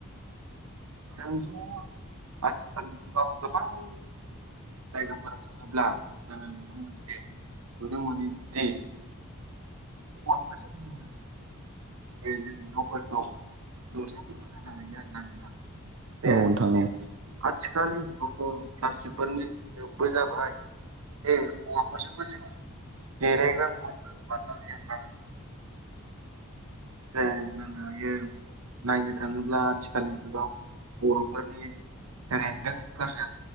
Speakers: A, on the right; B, on the right.
A: जोंथ' आस दानि जुगाव गोबां जायगाफोर थाङोब्ला जोङो नुनो मोनोदि नुनो मोननिदि औवाफोरजों जोङो बे जों न'फोरखौ दरजाफोरबो होनो हायो आरो ना नोंथां जे
B: औ नोंथां औ
A: आथिखालनि जुगावथ' प्लास्टिकफोरनि जुगबो जाबाय जे औवाफोरजोंबो जोङो जेरायग्रा मुवाफोर बारनो हायो आरो ना नोंथां जे जोङोहायो नायनो थाङोब्ला आथिखालनि जुगाव हौवाफोरनि रेनदोंफोरजों